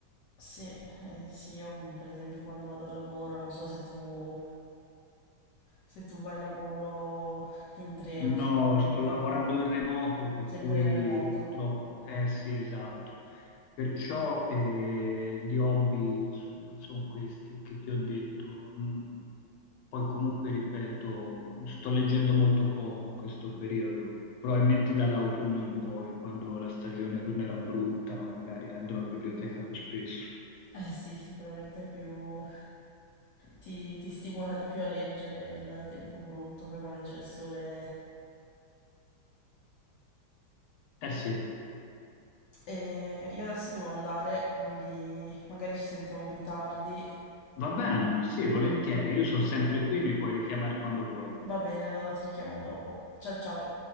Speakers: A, on the left (about 65°); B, on the left (about 80°).
A: sì, eh, sì, io mm, per esempio quando vado al lavoro, non so se tu, se tu vai al lavoro in treno,
B: No,
A: se vedo
B: sto
A: di-
B: lavorando in remoto, per
A: sempre
B: cui
A: in remoto.
B: purtroppo, eh sì, esatto. Perciò eh, di hobby, insomma, sono questi che ti ho detto. Mm, Poi comunque, ripeto, sto leggendo molto poco in questo periodo, probabilmente dall'autunno in poi, quando la stagione tornerà brutta, magari andrò in biblioteca più spesso.
A: Eh sì, sicuramente è più, ti, ti stimola di più a leggere il tempo brutto, poi quando c'è il sole.
B: Eh sì,
A: E io adesso devo andare, quindi magari ci sentiamo più tardi.
B: va bene, sì, volentieri, io sono
A: Ok.
B: sempre qui, mi puoi richiamare quando vuoi.
A: Va bene, allora ti richiamo dopo. Ciao ciao.